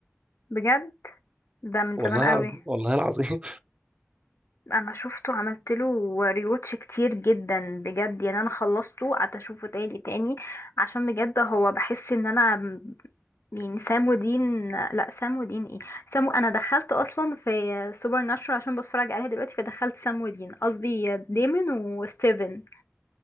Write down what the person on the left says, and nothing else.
بجد ده من
زمان قوي
انا شفته عملت له ريوتش كتير جدا بجد يعني انا خلصته قعدت اشوفه تاني تاني عشان بجد هو بحس ان انا م- يعني سام ودين لا سام ودين ايه سام انا دخلت اصلا في سوبر ناتشورال عشان بتفرج عليها دلوقتي فدخلت سام ودين قصدي ديمون وستيفن